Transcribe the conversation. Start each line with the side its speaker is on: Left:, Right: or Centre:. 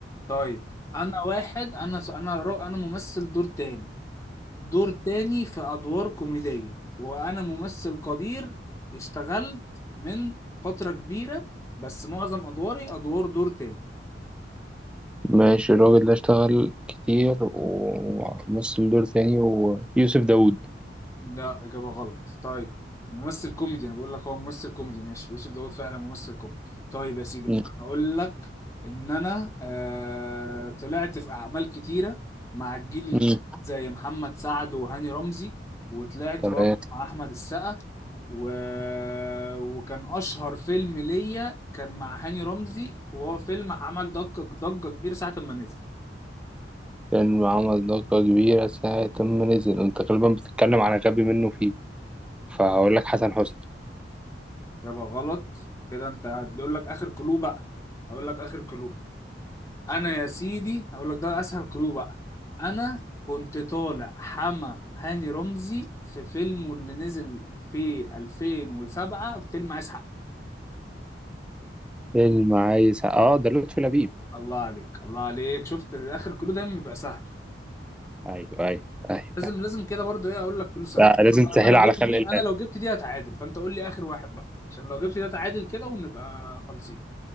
Left: طيب انا واحد انا انا انا ممثل دور تاني دور تاني في أدوار كوميدية وأنا ممثل قدير اشتغلت من فترة كبيرة بس معظم أدواري أدوار دور تاني
Centre: ماشي الراجل ده اشتغل كتير وممثل دور تاني ويوسف داوود
Left: لا إجابة غلط طيب ممثل كوميدي أنا بقول لك هو ممثل كوميدي ماشي يوسف داوود فعلا ممثل كوميدي طيب يا سيدي
Centre: مم.
Left: ممكن أقول لك إن أنا آه طلعت في أعمال كتيرة مع الجيل الجديد
Centre: مم.
Left: زي محمد سعد وهاني رمزي وطلعت
Centre: تمام
Left: برضه مع أحمد السقا و... وكان أشهر فيلم ليا كان مع هاني رمزي وهو فيلم عمل ضجة ضجة كبيرة ساعة ما نزل
Centre: فيلم عمل ضجة كبيرة ساعة ما نزل انت غالبا بتتكلم على غبي منه فيه فهقول لك حسن حسني
Left: إجابة غلط كده أنت هتقول لك آخر كلو بقى هقول لك آخر كلو انا يا سيدي هقول لك ده اسهل كلو بقى انا كنت طالع حما هاني رمزي في فيلمه اللي نزل في 2007 فيلم عايز حق
Centre: فيلم عايز اه ده لطفي لبيب
Left: الله عليك الله عليك شفت اخر كلو دايما بيبقى سهل
Centre: ايوه ايوه ايوه
Left: لازم
Centre: ايوه
Left: لازم كده برضه ايه اقول لك كلو سهل
Centre: لا، لازم تسهل
Left: انا لو
Centre: على
Left: جبت
Centre: خلق
Left: دي
Centre: الله
Left: انا لو جبت دي هتعادل فانت قول لي اخر واحد بقى عشان لو جبت ده تعادل كده ونبقى خالصين